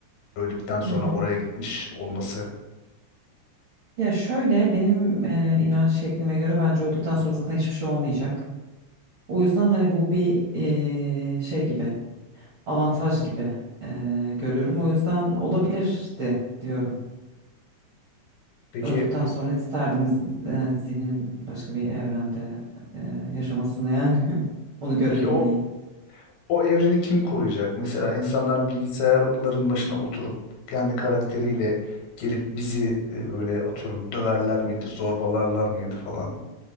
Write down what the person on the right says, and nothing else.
Hı hı.
Ya şöyle benim e, inanç şeklime göre bence öldükten sonra zaten hiçbir şey olmayacak. O yüzden hani bu bir e, şey gibi avantaj gibi e, görüyorum. O yüzden olabilirdi diyorum.
Öldükten sonra isterdim z- e, zihnimin başka bir evrende e, yaşamasını yani <laughs> onu görebilmeyi.